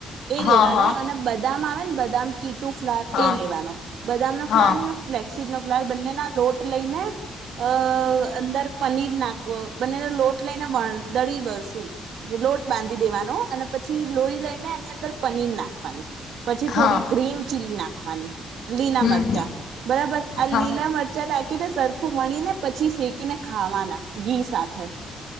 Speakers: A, on the right (about 75°); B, on the left (about 75°).
A: એ
B: હા
A: લેવાનો
B: હા
A: અને બધા આવે ને બદામ કીટુ ફ્લર
B: હા
A: એ લેવાનો બદામનો
B: હા
A: <unintelligible> <unintelligible> નો ફ્લર બંનેના લોટ લઈને અ અંદર પનીર નાખવો બંનેનો લોટ લઈને દળીસું લોટ બાંધી દેવાનો અને પછી લોહી લઈને એની અંદર પનીર નાખવાની પછી
B: હા
A: થોડી ગ્રીન ચીલી નાખ ખવાની લીલા
B: હમ
A: મ રચા બરાબર આ
B: હા
A: લીલા મરચા નાંખીને સરખું વણી ને પછી શેકીને ખાવાના ઘી સાથે